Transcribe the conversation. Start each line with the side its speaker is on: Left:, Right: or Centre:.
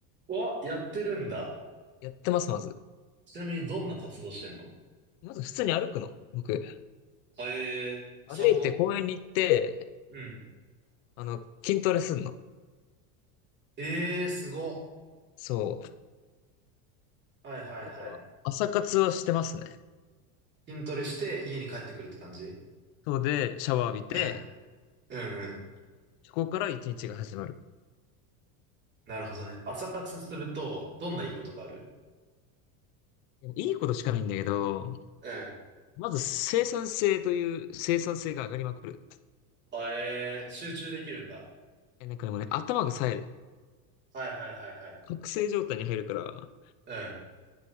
Right: うわ、やってるんだ。
Left: やってます、まず。
Right: ちなみにどんな活動してんの
Left: まず普通に歩くの。僕。
Right: あ、えー、
Left: 歩いて公園に行って、
Right: 散歩うん。
Left: あの、筋トレすんの。
Right: ええー、すご。
Left: そう。
Right: はいはいはい。
Left: だから、朝活はしてますね。
Right: 筋トレして家に帰ってくるって感じ
Left: そうで、シャワー浴びて、
Right: うん。うんうん。
Left: そこから一日が始まる。
Right: なるほどね。朝活すると、どんないいことがある
Left: いいことしかないんだけど、
Right: うん。
Left: まず生産性という生産性が上がりまくる。
Right: あ、えー、集中できるんだ。
Left: え、なんかでもね、頭が冴える。
Right: はいはいはいはい。
Left: 覚醒状態に入るから、
Right: うん。